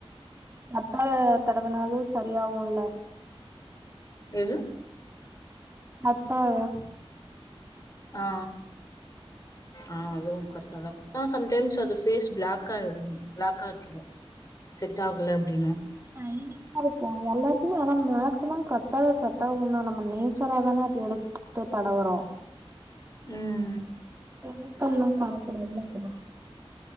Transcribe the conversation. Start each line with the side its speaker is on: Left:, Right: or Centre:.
Right: கத்தாழ தடவுனாலு சரியாவுல்ல
Left: எது
Right: கத்தாழை
Left: ஆ ஆ அதுவும் கரெக்டா தா ஆனா சம்டைம்ஸ் அது ஃபேஸ் பிளாக் ஆகிடும் பிளாக் ஆக்கிடும் செட் ஆகல அப்டின்னா
Right: சைனிங் நல்ல இருக்கு எல்லாத்துக்குமே ஆனா மேக்சிமம் கத்தால செட்டாகு தா நம்ம நேச்சரா தானே அத எடுத் து தடவுரோ
Left: ம்
Right: கெமிக்கல்லாம் கலப்படம் இருந்தா இப்டி தா